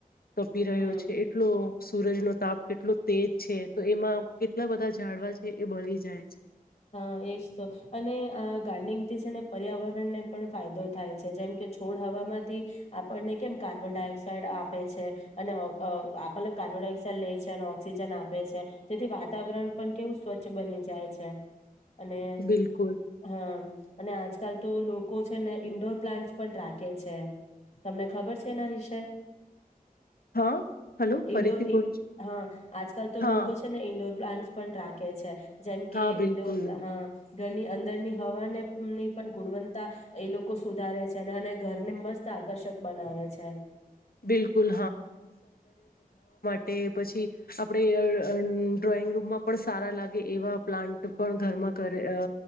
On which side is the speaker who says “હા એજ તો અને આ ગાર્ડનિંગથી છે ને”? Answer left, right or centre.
Left